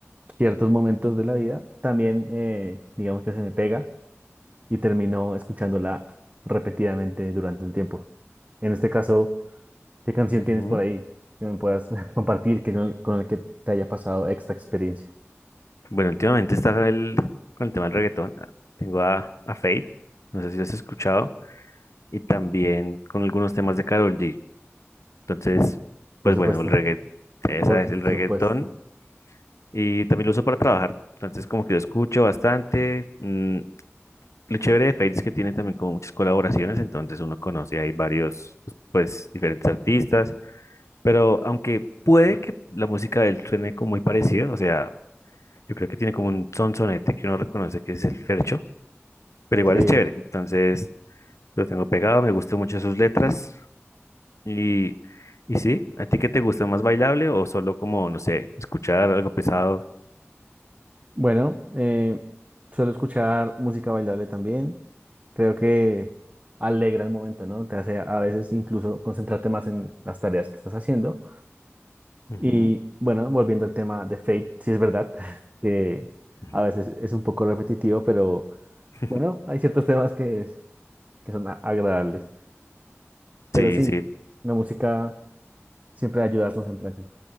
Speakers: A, on the right; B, on the left.
A: ciertos momentos de la vida, también eh, digamos que se me pega y termino escuchándola repetidamente durante un tiempo. En este caso, ¿qué canción
B: Ujú.
A: tienes por ahí que me puedas <laughs> compartir que con con el que te haya pasado esta experiencia?
B: Bueno, últimamente está el, con el tema del reggaetón. ah, Tengo a, a Fate, no sé si lo has escuchado, y también con algunos temas de Karol G. Entonces,
A: Por
B: pues
A: supuesto.
B: bueno, el reggaetón, esa
A: Por
B: es
A: supuesto.
B: el reggaetón y también lo uso para trabajar. Entonces, como que lo escucho bastante. mm, lo chévere de Fails es que tiene también como muchas colaboraciones, entonces uno conoce ahí varios, pues, diferentes artistas, pero aunque puede que la música de él suene como muy parecido, o sea, yo creo que tiene como un sonsonete que uno reconoce que es el Fercho, pero igual
A: Sí.
B: es chévere. Entonces, lo tengo pegado, me gustan mucho sus letras Y, y sí, ¿a ti qué te gusta más bailable o solo como, no sé, escuchar algo pesado?
A: Bueno, eh, suelo escuchar música bailable también. Creo que alegra el momento, ¿no? Te hace a veces incluso concentrarte más en las tareas que estás haciendo.
B: Ujú,
A: Y bueno, volviendo al tema de Fate, sí es verdad <laughs> que
B: ujú.
A: a veces es un poco repetitivo, pero
B: <laughs>
A: bueno, hay ciertos temas que, que son a- agradables. Pero
B: Sí,
A: sí,
B: sí,
A: la música siempre ayuda a concentrarse.